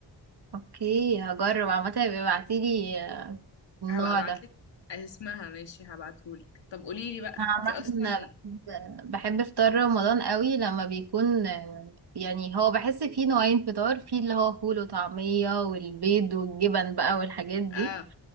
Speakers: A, on the right; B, on the left.
A: اوكي هجرب عامة يبقى ابعتيلي النوع
B: هبقى ابعتلك
A: ده
B: اسمها ماشي هبعتهولك طب قوليلي بقى
A: أنا عامة
B: انتي اصلا
A: بحب بحب فطار رمضان قوي لما بيكون آه، يعني هو بحس فيه نوعين فطار فيه اللي هو فول وطعمية والبيض والجبن بقى والحاجات دي
B: اه